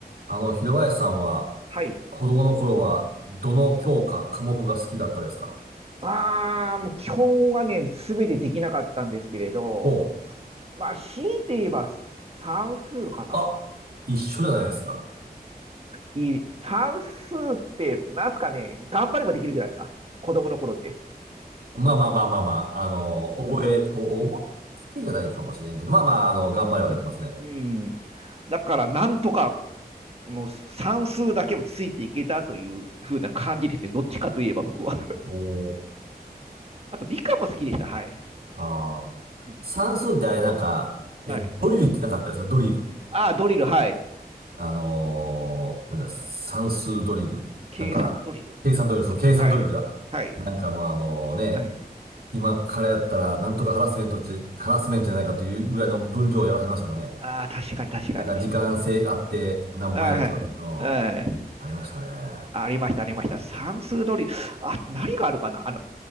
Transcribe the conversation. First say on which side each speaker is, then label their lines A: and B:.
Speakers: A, on the right; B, on the right.
A: あの、平林さんは、
B: はい。
A: 子供の頃は、どの教科、科目が好きだったですか
B: ああ、もう基本はね、すべてできなかったんですけれど、
A: ほう。
B: まあ、強いて言えば算数かな。
A: あ、一緒じゃないですか。
B: いい、算数って、なんすかね、頑張ればできるじゃないですか。子供の頃って。
A: まあまあまあまあまあ、あの、覚え、お、覚えだけじゃないかもしれんけど、まあまあ、あの、頑張ればできますね。
B: うん。うん。だから、なんとか、の算数だけもついていけたというふうな感じですね。どっちかといえば僕は。
A: おー
B: <laughs> あと、理科も好きでした。はい。
A: あー算数ってあれなんか、
B: うん。はい。
A: ね、ドリルってなかったですかドリル。
B: ああ、ドリル、はい。
A: あのーなんだ、算数ドリル。
B: 計算ドリルって、
A: なんか、計算ドリル、そう、計算ドリルだ。
B: はい。はい。
A: なんかもうあのね、
B: はい。
A: 今からやったら、なんとかハラスメントって、ハラスメントじゃないかというぐらいの分量をやらされましたけどね。
B: ああ、確かに確かに。
A: なんか時間制あって、なんぼやれとかって、
B: は
A: うん、
B: い。はい。
A: ありましたね。
B: ありました、ありました。算数取り。あ、何があるかなあの、